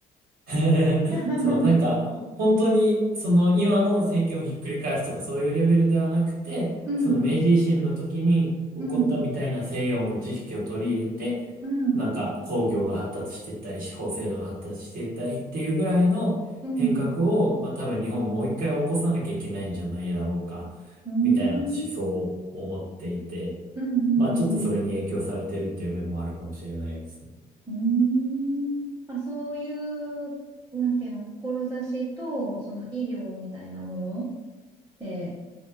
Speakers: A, on the right; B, on the right.
A: <laughs>
B: <laughs>
A: そう、なんか、ほ本当に、その今の政権をひっくり返すとかそういうレベルではなくて、
B: うん、
A: その明治維新の時に起こったみたいな西洋の知識を取り入れて、
B: うん、うん、
A: なんか工業が発達していったり、司法制度が発達していったりっていうぐらいの変革を、
B: うん、うん、
A: まあ多分日本もう一回起こさなきゃいけないんじゃないだろうか、
B: うん、
A: みたいな思想を持っていて、
B: うん、
A: まあちょっとそれに影響されてるっていう面もあるかもしれないですね。
B: うん。まあ、そういう、なんていうの、志と、その医療みたいなものって